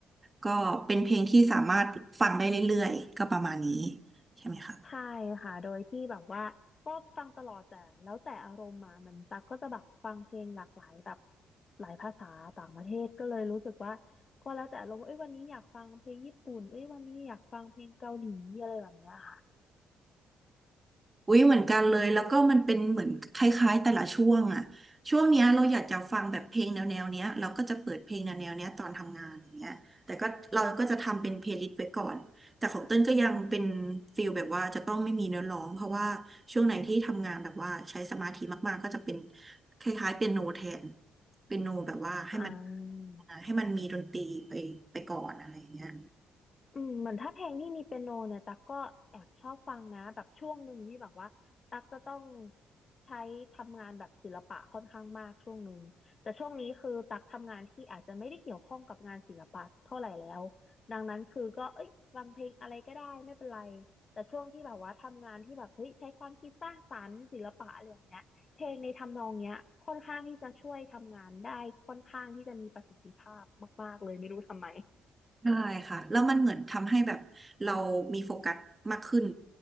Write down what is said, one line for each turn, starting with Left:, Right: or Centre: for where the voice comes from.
Right: ก็เป็นเพลงที่สามารถฟังได้เรื่อยๆก็ประมาณนี้ใช่ไหมคะ
Left: ใช่ค่ะ โดยที่แบบว่าก็ฟังตลอดแต่แล้วแต่อารมณ์มามันตักก็จะแบบฟังเพลงหลากหลายแบบหลายภาษาต่างประเทศก็เลยรู้สึกว่าก็แล้วแต่อารมณ์เอ้ยวันนี้อยากฟังเพลงญี่ปุ่นเอ้ยวันนี้อยากฟังเพลงเกาหลีอะไรแบบเนี้ยค่ะ
Right: อุ๊ยเหมือนกันเลยแล้วก็มันเป็นเหมือนคล้ายๆแต่ละช่วงอะช่วงเนี้ยเราอยากจะฟังแบบเพลงแนวแนวเนี้ยเราก็จะเปิดเพลงแนวแนวเนี้ยตอนทำงานอย่างเงี้ยแต่ก็เราก็จะทำเป็นเพลย์ลิสต์ไว้ก่อนแต่ของเต้นก็ยังเป็นฟิลแบบว่าจะต้องไม่มีเนื้อร้องเพราะว่าช่วงไหนที่ทำงานแบบว่าใช้สมาธิมากๆก็จะเป็นคล้ายๆเปียโนแทนเปียโนแบบว่าให้มัน
Left: อ่
Right: ให้มันมีดนตรีไปไปก่อนอะไรอย่างเงี้ย
Left: า อืมเหมือนถ้าเพลงที่มีเปียโนเนี่ยตั๊กก็แอบชอบฟังนะแบบช่วงหนึ่งนี่แบบว่าตั๊กจะต้องใช้ทำงานแบบศิลปะค่อนข้างมากช่วงหนึ่งแต่ช่วงนี้คือตั๊กทำงานที่อาจจะไม่ได้เกี่ยวข้องกับงานศิลปะเท่าไหร่แล้วดังนั้นคือก็เอ้ยฟังเพลงอะไรก็ได้ไม่เป็นไรแต่ช่วงที่แบบว่าทำงานที่แบบเฮ้ยใช้ความคิดสร้างสรรค์ศิลปะอะไรอย่างเงี้ยเพลงในทำนองเนี้ยค่อนข้างที่จะช่วยทำงานได้ค่อนข้างที่จะมีประสิทธิภาพมากๆเลยไม่รู้ทำไม
Right: ใช่ค่ะแล้วมันเหมือนทำให้แบบเรามีโฟกัสมากขึ้น